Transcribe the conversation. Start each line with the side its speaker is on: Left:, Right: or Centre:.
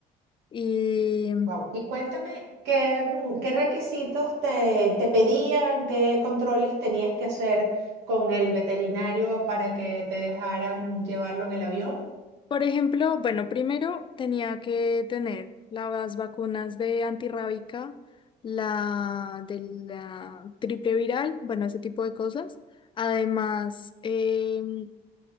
Left: Y,
Right: Wow. Y cuéntame qué, mm, qué requisitos te, te pedían, qué controles tenías que hacer con el veterinario para que te dejaran llevarlo en el avión.
Left: por ejemplo, bueno, primero tenía que tener las vacunas de antirrábica, la de la triple viral, bueno, ese tipo de cosas. Además, em,